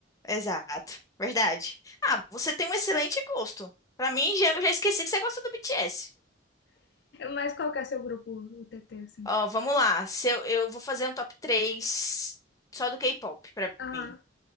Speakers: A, on the left (about 15°); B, on the left (about 60°).
A: exato. Verdade. Ah, você tem um excelente gosto. Pra mim, já, eu já esqueci que você gosta do BTS.
B: Mas qual que é seu grupo, o T T, assim?
A: Ó, vamos lá. Se eu, eu vou fazer um top 3 só do K-pop pra
B: Aham,
A: mim.